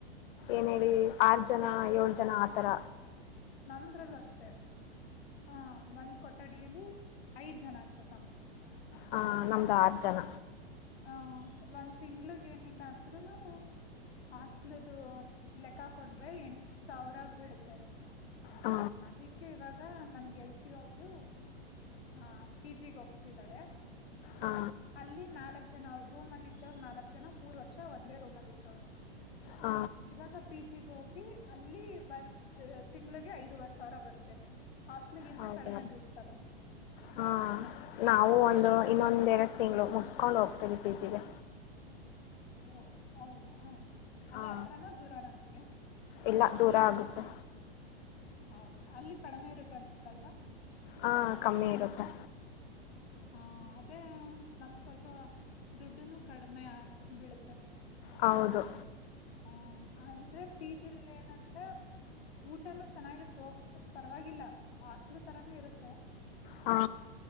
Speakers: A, on the left; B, on the left.
A: ಏನ ಹೇಳಿ ಆರ ಜನ ಏಳ ಜನ ಆ ತರ.
B: ನಮ್ಮದ್ರಲು ಅಷ್ಟೇ ಹ ಒಂದು ಕೊಠಡಿಯಲ್ಲಿ ಐದ ಜನ ಅನ್ಸುತ್ತೆ. ನಮ್ಮ.
A: ಹಾ ನಮ್ದ ಆರ ಜನ.
B: ಹ ಒಂದ ತಿಂಗಳಿಗೆ ಏನಿಲ್ಲ ಅಂದ್ರೂನು ಹಾಸ್ಟೆಲಿದು ಲೆಕ್ಕ ಹಾಕೊಂಡ್ರೆ ಎಂಟ ಸಾವಿರ ಬೀಳುತ್ತೆ.
A: ಹ
B: ಅದಕ್ಕೆ ಇವಾಗ ನಮ್ಗೆ. ಗೆಳತಿ ಒಬ್ಳು ಹ ಪಿಜಿಗ ಹೋಗ್ತಿದ್ದಾಳೆ.
A: ಹ
B: ಅಲ್ಲಿ ನಾಲಕ್ಕ. ನಾಲ್ಕ ಜನ ಅವರ ರೂಮ್ ಅಲ್ಲಿ ಇದ್ದವರು ನಾಲಕ್ಕ ಜನ ಮೂರ ವರ್ಷ ಒಂದೇ ರೂಮ್ ಅಲ್ಲಿ ಇದ್ರು ಅವರು,
A: ಹ
B: ಇವಾಗ ಪಿಜಿ ಗ ಹೋಗಿ ಅಲ್ಲಿ ಒಂದ ತಿಂಗಳಿಗೆ ಐದುವರೆ ಸಾವಿರ ಬರುತ್ತೆ, ಹಾಸ್ಟೆಲ್. ಹಾಸ್ಟೆಲ್ಗಿಂತ
A: ಹೌದಾ
B: ಕಡಿಮೆ ಬೀಳ್ತದ.
A: ಹಾ ನಾವು ಒಂದ ಇನ್ನೊಂದ ಎರಡ್ ತಿಂಗಳು ಮುಗಸಕೊಂಡ ಹೋಗ್ತಿವಿ ಪಿಜಿಗೆ.
B: ಓ ಹೌದಾ ಅಲ್ಲೇ
A: ಹ
B: ಹತ್ತರಾನಾ ದೂರನಾ ನಿಮ್ಗೆ?
A: ಇಲ್ಲ ದೂರ ಆಗತ್ತೆ.
B: ಹ ಅಲ್ಲಿ ಕಡಿಮೆ ಇರತ್ತೆ ಅನ್ಸುತ್ತೆ ಅಲ್ವಾ?
A: ಹ ಕಮ್ಮಿ ಇರತ್ತೆ.
B: ಹಮ್ ಅದೇ ನಮ್ಗ ಸ್ವಲ್ಪ ದುಡ್ಡುನು ಕಡಿಮೆ ಆ ಬೀಳತ್ತೆ.
A: ಹೌದು.
B: ಹಮ್ ಅಂದ್ರೆ ಪಿಜಿಲಿ ಏನ ಅಂದ್ರೆ ಊಟನು ಚೆನ್ನಾಗಿರುತ್ತೆ ಓಪ್ ಪರ್ವಾಗಿಲ್ಲ ಹಾಸ್ಟೆಲ್ ತರಾನೇ ಇರುತ್ತೆ.
A: ಹಾ.